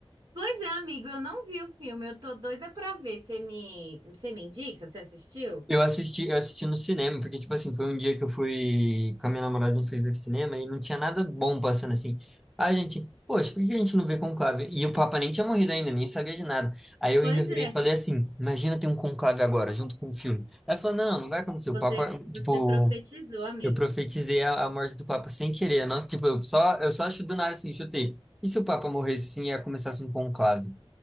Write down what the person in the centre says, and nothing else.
Eu assisti, eu assisti no cinema, porque, tipo assim, foi um dia que eu fui com a minha namorada, a gente foi ver cinema e não tinha nada bom passando assim. Aí a gente, poxa, por que que a gente não vê conclave? E o Papa nem tinha morrido ainda, nem sabia de nada. Aí eu
ainda virei
e falei assim: imagina ter um conclave agora, junto com o filme. Aí ela falou: não, não vai acontecer. O
Papa,
tipo,
Eu profetizei a, a morte do Papa sem querer. Nossa, tipo, eu só, eu só acho do nada assim, chutei. E se o Papa morresse sim, e ia começasse um conclave?